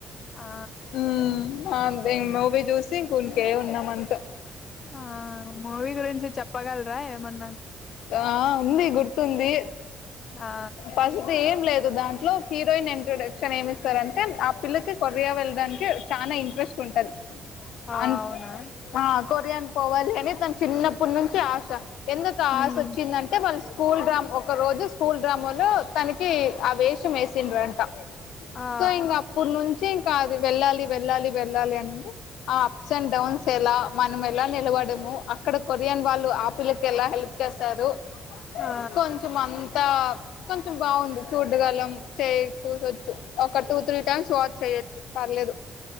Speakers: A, on the left; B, on the left.
A: ఆ
B: ఉ మేము మూవీ చూసి ఇంక ఇంకే ఉన్నామంత
A: ఆ మూవీ గురించి చెప్పగలరా ఎమన్నా
B: ఆ ఉంది గుర్ ఉంది
A: ఆ
B: పసతి ఏం లేదు దాం లో హీరోయిన్ ఇంట్రొడక్షన్ ఏమిస్తారంటే ఆ పిల్లకి కొరియా వెళ్ళడానికి చాలా ఇంట్రెస్ట్ ఉంటది
A: ఆ
B: ఆన్
A: అవునా
B: ఆ కొరియాన్ పోవాలని తన చిన్నప్పనుంచి ఆశ ఎందుకు
A: మ్మ్
B: ఆశ వచ్చిందంటే వాళ్ళు స్కూల్ రా ఒక రోజు స్కూల్ గ్రామంలో తనకి ఆ వేషం వేసిండ్రంట
A: ఆ
B: సో ఇంగా అప్పట్ నుంచి కాదు వెళ్ళాలి వెళ్ళాలి వెళ్ళాలి అనిండె ఆ అప్స్ అండ్ డౌన్స్ ఎలా మనం ఎలా నిలవడము అక్కడ కొరియన్ వాళ్ళు ఆ పిల్ల కేలా హెల్ప్ చేస్తారు
A: ఆ
B: కొంచం అంతా కొంచెం బాగుంది చూడ్డగలం చే చూసొచ్చు ఒక టూ త్రీ టైమ్స్ వాచ్ చేయొచ్చు పర్లేదు